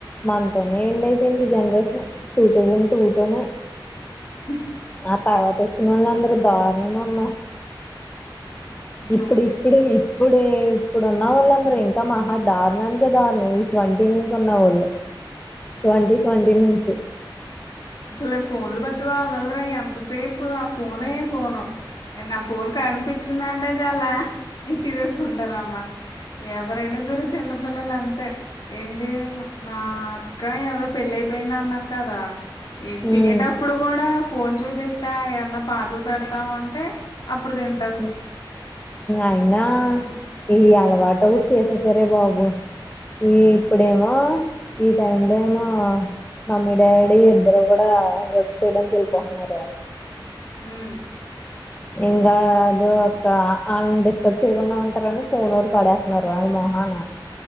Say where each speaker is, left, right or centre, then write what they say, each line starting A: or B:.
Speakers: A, on the left; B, on the left.
A: మన తోనే ఎండ్ అయిపోయింది జనరేషన్ టూ థౌసండ్ టూ తోనే
B: హ
A: ఆ తర్వాత వచ్చినోళ్ళు అందరు దారుణం అమ్మ
B: హ్మ్
A: ఇప్పుడు ఇ ఇప్పుడు ఇప్పుడే ఇప్పుడు ఉన్న వాళ్ళ అందరూ ఇంకా మహా దారుణానికే దారుణం ఈ ట్వంటీ నుంచి ఉన్న వాళ్ళు ట్వంటీ ట్వంటీ నుంచి
B: అసలే ఫోన్లు పట్టుకో వదలరే ఎంతసేపు ఆ ఫోనే ఫోను ఇగ నా ఫోన్ కనిపించిందంటే చాలా తీసేసుకుంటారా అమ్మా ఎవరైనా సరే చిన్నపిల్లలు అంతే ఏంటి మా అక్క ఎవరు పెళ్ళి అయిపోయింది అన్నాను కదా ఏంటి తినేటప్పుడు
A: ఉమ్
B: కూడా ఫోన్ చూపిత్తా ఏమన్నా పాటలు పెడతా ఉంటే అప్పుడు తిం
A: హు అయినా
B: హ్మ్.
A: ఈ అలవాటు ఒకటి చేసేసారే బాబు ఈ
B: హ్మ్.
A: ఇప్పుడేమో ఈ టైమ్ లో ఏమో మమ్మీ డాడీ ఇద్దరు కూడా వర్క్ చేయడానికి ఎళ్ళిపోతున్నారు
B: ఉమ్మ్
A: ఇంగా అదొ ఒక్క అళ్ళని డిస్టర్బ్ చేయకుండా ఉంటారని ఫోన్ ఒకటి పడేత్తున్నారు వాళ్ళ మొహాన